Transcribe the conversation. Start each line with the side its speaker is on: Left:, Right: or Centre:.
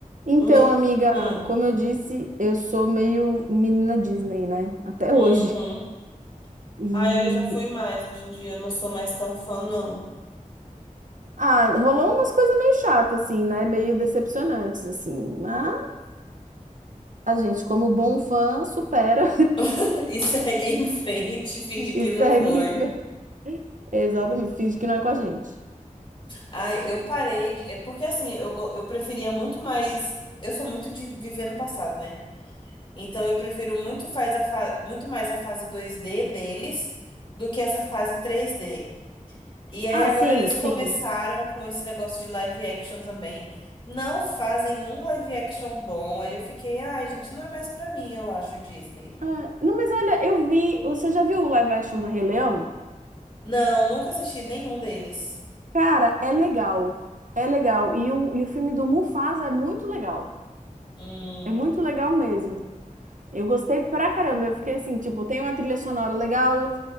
Right: Então,
Left: Me...
Right: amiga,
Left: Hum,
Right: como eu disse, eu sou meio menina Disney, né? Até
Left: uhum.
Right: hoje. E
Left: Aí eu já fui mais. Hoje em dia eu não sou mais tão fã, não.
Right: ah, rolou umas coisas meio chatas, assim, né? Meio decepcionantes, assim. Mas a gente, como bom fã, supera
Left: <laughs> E segue em frente,
Right: <laughs>
Left: <laughs> finge que
Right: e segue
Left: não foi.
Right: em frente. Exatamente, finge que não é com a gente.
Left: Ai, eu parei de... É porque assim, eu, go- eu preferia muito mais... Eu sou muito de viver no passado, né? Então eu prefiro muito, faz a fa... muito mais a fase dois d deles do que essa fase três d E aí
Right: Ah,
Left: agora
Right: sim,
Left: eles
Right: sim.
Left: começaram com esse negócio de live action também. Não fazem um live action bom. Aí eu fiquei, ai, gente, não é mais pra mim, eu acho, Disney.
Right: Ah, não, mas olha, eu vi. Você já viu o live action do Rei Leão?
Left: Não, nunca assisti nenhum deles.
Right: Cara, é legal. É legal. E o, e o filme do Mufasa é muito legal.
Left: Hum,
Right: É muito legal mesmo. Eu gostei pra caramba. Eu fiquei assim, tipo, tem uma trilha sonora legal,